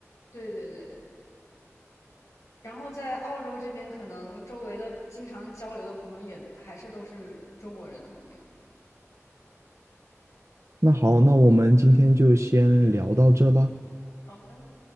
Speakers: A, on the left; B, on the right.
A: 对对对，然后在澳洲这边，可能周围的经常交流的朋友也还是都是中国人的朋友。
B: 那好，那我们今天就先聊到这吧。
A: 好的，